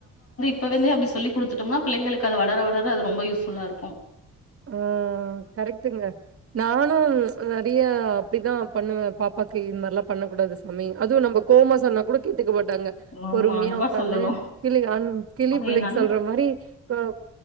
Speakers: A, on the left; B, on the right.
A: ப வந்து அப்டி சொல்லி குடுத்துட்டம்னா பிள்ளைங்களுக் அது வளர வளர் ர அது ரொம்ப யூஸ்ஃபுல்லாருக்கு
B: ஆ கரெக்டுங்க நானும் அ விய அப்டிதா பண்ணுவே பாப்பாக்கு இது மாத்ரிலா பண்ணக்கூடாது சாமி அதூம் நம்ம கோவமா சொன்னா கூட கேட்டுக்க மாட்டாங்க
A: ஆமா
B: பொறுமையா
A: அன்பா
B: ஒக்கான்னு
A: சொல்லணு
B: கிளி அன் கிளி
A: அவைங்க
B: பிள்ளைக்கு
A: நல்ல
B: சொல்ற மாரி ப